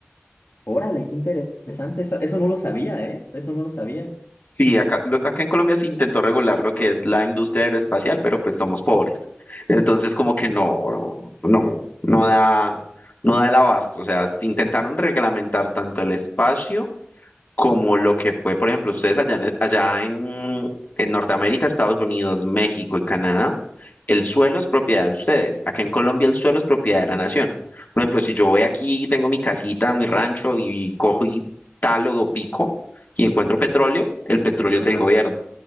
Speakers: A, on the left; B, on the left.
A: Órale, qué interesante. Eso, eso no lo sabía, ¿eh? Eso no lo sabía.
B: Sí, acá, lo- acá en Colombia se intentó regular lo que es la industria aeroespacial, pero pues somos pobres. Entonces como que no, no, no da, no da el abasto. O sea, se intentaron reglamentar tanto el espacio como lo que fue, por ejemplo, ustedes allá en, allá en, en Norteamérica, Estados Unidos, México y Canadá, el suelo es propiedad de ustedes. Acá en Colombia el suelo es propiedad de la nación. Por ejemplo, si yo voy aquí, tengo mi casita, mi rancho y cojo y talo o pico y encuentro petróleo, el petróleo
A: Ajá.
B: es del gobierno.